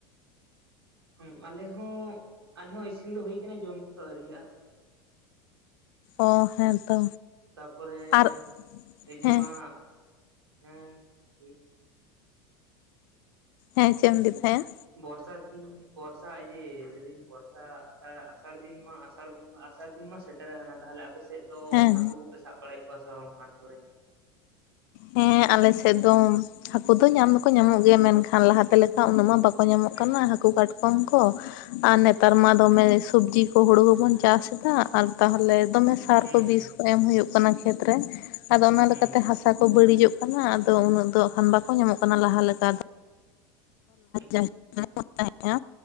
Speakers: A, on the right (about 75°); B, on the left (about 55°).
A: ᱦ ᱟᱞᱮ ᱦᱚᱸ ᱟᱞᱮ ᱦᱚᱸ ᱤᱥᱤᱱ ᱫᱚ ᱦᱩᱭ ᱟᱠᱟᱱᱟ ᱡᱚᱢ ᱠᱚᱫᱚ ᱟᱹᱣᱨᱤᱭᱟᱜᱼᱟ᱾
B: ᱚ ᱦᱮᱸ ᱛᱚ
A: ᱛᱟᱯᱚᱨᱮ
B: ᱟᱨ
A: ᱮᱡᱮ
B: ᱦᱮᱸ
A: ᱢᱟ ᱦᱮᱸ ᱴᱷᱤᱠ
B: ᱦᱮᱸ ᱪᱮᱫ ᱮᱢ ᱞᱟᱹᱭᱮᱫ ᱛᱟᱦᱮᱸᱼᱟ?
A: ᱵᱚᱨᱥᱟ ᱫᱤᱱ ᱵᱚᱨᱥᱟ ᱡᱮ ᱞᱟᱹᱭᱫᱟᱹᱧ ᱵᱚᱨᱥᱟ ᱟᱥᱟᱲ ᱟᱥᱟᱲ ᱫᱤᱱ ᱢᱟ ᱟᱥᱟᱲ ᱵᱚᱸᱜᱟ᱾ ᱵᱚᱨᱥᱟ ᱫᱤᱱ ᱢᱟ ᱥᱮᱴᱮᱨ ᱟᱠᱟᱱᱟ ᱛᱟᱦᱟᱞᱮ ᱟᱯᱮ ᱥᱮᱫ ᱫᱚ
B: ᱦᱮᱸ
A: ᱦᱟᱹᱠᱩ ᱠᱚᱯᱮ ᱥᱟᱵ ᱵᱟᱲᱟᱭᱮᱫᱽ ᱠᱚᱣᱟ ᱥᱮ ᱵᱟᱝ ᱢᱟᱴᱷ ᱠᱚᱨᱮ?
B: ᱦᱮᱸ ᱟᱞᱮᱥᱮᱫ ᱫᱚ ᱦᱟᱹᱠᱩ ᱫᱚ ᱧᱟᱢ ᱫᱚᱠᱚ ᱧᱟᱢᱚᱜ ᱜᱮᱭᱟ ᱢᱮᱱᱠᱷᱟᱱ ᱞᱟᱦᱟᱛᱮ ᱞᱮᱠᱟ ᱩᱱᱟᱹᱜ ᱢᱟ ᱵᱟᱠᱚ ᱧᱟᱢᱚᱜ
A: ᱟᱪᱪᱷᱟ
B: ᱠᱟᱱᱟ
A: ᱟᱪᱪᱷᱟ
B: ᱦᱟᱹᱠᱩ ᱠᱟᱴᱠᱚᱢ ᱠᱚ ᱟᱨ ᱱᱮᱛᱟᱨ ᱢᱟ ᱫᱚᱢᱮ
A: ᱟᱪᱪᱷᱟ
B: ᱥᱚᱵᱡᱤ ᱦᱩᱸᱲᱩ ᱦᱚᱵᱚᱱ ᱪᱟᱥ ᱫᱟ ᱟᱨ ᱛᱟᱦᱟᱞᱮ ᱫᱚᱢᱮ ᱥᱟᱨ
A: ᱦᱩᱸ
B: ᱠᱚ
A: ᱦᱩᱸ
B: ᱵᱤᱥ ᱠᱚ ᱮᱢ ᱦᱩᱭᱩᱜ ᱠᱟᱱᱟ ᱠᱷᱮᱛ ᱨᱮ, ᱟᱫᱚ ᱚᱱᱟ
A: ᱦᱩᱸ
B: ᱞᱮᱠᱟᱛᱮ ᱦᱟᱥᱟ
A: ᱦᱩᱸ ᱦᱩᱸ
B: ᱠᱚ ᱵᱟᱹᱲᱤᱡᱚᱜ ᱠᱟᱱᱟ ᱟᱫᱚ ᱩᱱᱟᱹᱜ ᱫᱚ ᱦᱟᱜᱠᱷᱟᱱ ᱵᱟᱠᱚ ᱧᱟᱢᱚᱜ ᱠᱟᱱᱟ ᱞᱟᱦᱟ ᱞᱮᱠᱟ ᱫᱚ
A: ᱟᱪᱪᱷᱟ
B: ᱟ ᱛᱟᱦᱮᱸᱼᱟ